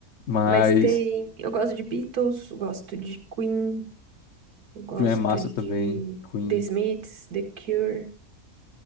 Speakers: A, on the left; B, on the right.
A: Mas
B: Mas tem. Eu gosto de Beatles, eu gosto de Queen, eu gosto
A: Queen é massa
B: de
A: também. Queen,
B: The Smiths, The Cure.